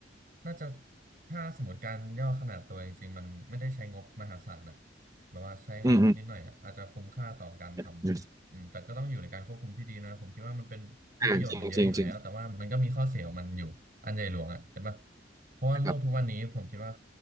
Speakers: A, on the right; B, on the right.
A: น่าจะถ้าสมมติการย่อขนาดตัวจริงๆมันไม่ได้ใช้งบมหาศาลนะ แบบว่าใช้งบนิดหน่อยอะอาจจะคุ้มค่าต่อการทำอืมแต่ก็ต้องอยู่ในการควบคุมที่ดีนะผมคิดว่ามันเป็นคือประโยชน์มันเยอะอยู่แล้วแต่ว่ามันก็มีข้อเสียของมันอยู่อันใหญ่หลวงอ่ะเห็นปะ
B: อืมอืมอืมอ่าจริงจริงจริง
A: เพราะว่าโลกทุกวันนี้ผมคิดว่า
B: ครับ